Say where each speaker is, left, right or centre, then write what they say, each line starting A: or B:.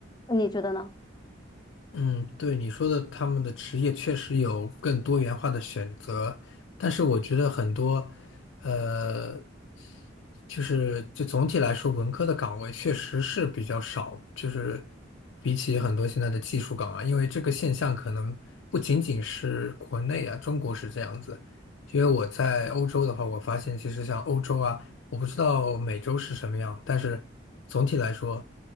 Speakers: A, on the left; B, on the left.
A: 你觉得呢？
B: 嗯，对你说的，他们的职业确实有更多元化的选择，但是我觉得很多，呃。就是就总体来说，文科的岗位确实是比较少，就是比起很多现在的技术岗啊，因为这个现象可能不仅仅是国内啊，中国是这样子。因为我在欧洲的话，我发现其实像欧洲啊，我不知道美洲是什么样，但是总体来说，